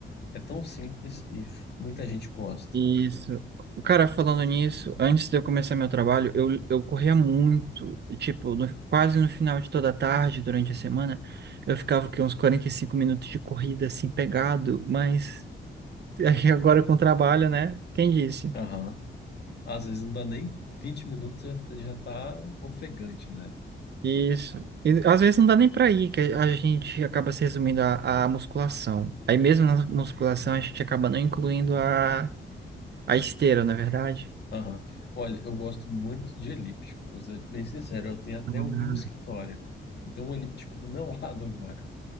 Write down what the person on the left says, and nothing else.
é tão simples e f- muita gente gosta.
Aham. Às vezes não dá nem 20 minutos, já, já tá ofegante, né?
Aham. Olha, eu gosto muito de elíptico, vou ser bem sincero, eu tenho até
um no escritório. Eu tenho um elíptico do meu <laughs> lado agora,